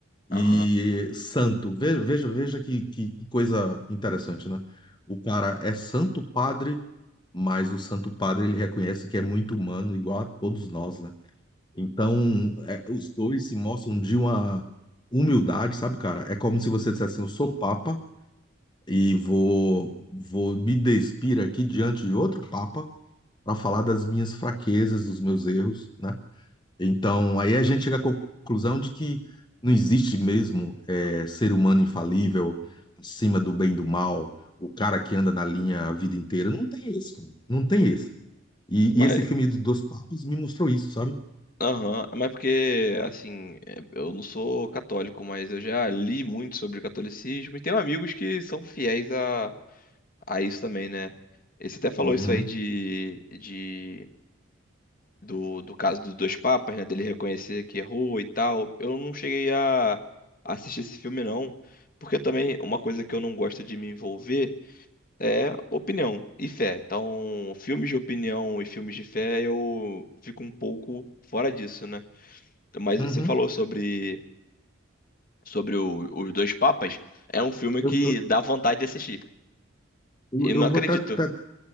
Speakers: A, on the left; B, on the left.
A: e
B: Aham.
A: santo. Veja, veja, veja que, que, que coisa interessante, né? O cara é santo padre, mas o santo padre ele reconhece que é muito humano, igual a todos nós, né? Então, é, os dois se mostram de uma humildade, sabe, cara? É como se você dissesse assim, eu sou papa e vou, vou me despir aqui diante de outro papa para falar das minhas fraquezas, dos meus erros, né? Então, aí a gente chega à conclusão de que não existe mesmo eh, ser humano infalível, acima do bem e do mal, o cara que anda na linha a vida inteira. Não tem isso, cara. Não tem isso. E,
B: Mas,
A: e esse filme de Dois Papas me mostrou isso, sabe?
B: aham. Mas porque, assim, é, eu não sou católico, mas eu já li muito sobre catolicismo e tenho amigos que são fiéis a, a isso também, né? E Você até falou
A: Uhum,
B: isso aí de, de do, do caso dos dois papas, né? Dele reconhecer que errou e tal. Eu não cheguei a assistir esse filme, não. Porque também uma coisa que eu não gosto de me envolver é opinião e fé. Então, filmes de opinião e filmes de fé, eu fico um pouco fora disso, né? Mas
A: uhum.
B: você falou sobre, sobre o- os dois papas. É um filme
A: Eu,
B: que dá vontade de assistir.
A: eu,
B: E não
A: eu
B: acredito.
A: vou até, até-